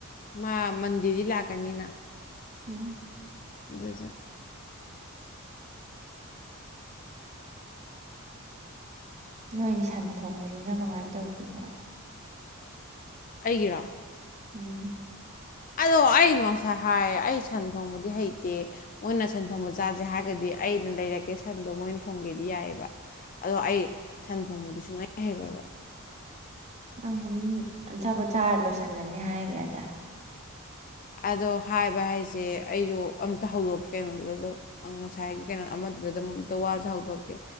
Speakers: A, on the left (about 40°); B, on the right (about 30°).
A: ꯃꯥ ꯃꯟꯗꯦꯗꯤ ꯂꯥꯛꯀꯅꯤꯅ
B: ꯎꯝ
A: <inaudible>
B: ꯅꯣꯏꯒꯤ ꯁꯟ ꯊꯣꯡꯕꯗꯨꯅ ꯀꯃꯥꯏꯅ ꯇꯧꯗꯣꯏꯕ
A: ꯑꯩꯒꯤꯔꯣ
B: ꯎꯝ
A: ꯑꯗꯣ ꯑꯩꯗꯣ ꯉꯁꯥꯢ ꯍꯥꯏꯔꯧ ꯑꯩ ꯁꯟ ꯊꯣꯡꯕꯗꯤ ꯍꯩꯇꯦ ꯃꯣꯏꯅ ꯁꯟ ꯊꯣꯡꯕ ꯆꯥꯖꯧ ꯍꯥꯏꯔꯒꯗꯤ ꯑꯩꯅ ꯂꯩꯔꯛꯀꯦ ꯁꯟꯗꯣ ꯃꯣꯏꯅ ꯊꯣꯡꯒꯦꯗꯤ ꯌꯥꯏꯑꯦꯕ ꯑꯗꯣ ꯑꯩ ꯁꯟ ꯊꯣꯡꯕꯗꯤ ꯁꯨꯡꯍꯩ ꯍꯩꯔꯣꯏꯕ
B: ꯑꯗꯨꯝ ꯑꯆꯥꯄꯣꯠ ꯆꯥꯔ ꯂꯣꯏꯁꯜꯂꯅꯤ ꯍꯥꯏꯈꯒꯔꯦꯗꯥꯏ
A: ꯑꯗꯣ ꯍꯥꯏꯕ ꯍꯥꯏꯁꯦ ꯑꯩꯁꯨ ꯑꯝꯇ ꯍꯧꯗꯣꯛꯀꯦ ꯀꯩꯅꯣꯗꯨꯗ ꯑꯗꯨꯝ ꯉꯁꯥꯏꯒꯤ ꯀꯩꯅꯣ ꯑꯃꯗꯨꯗ ꯑꯗꯨꯝ ꯑꯝꯇ ꯋꯥꯖꯦ ꯍꯧꯗꯣꯛꯀꯦ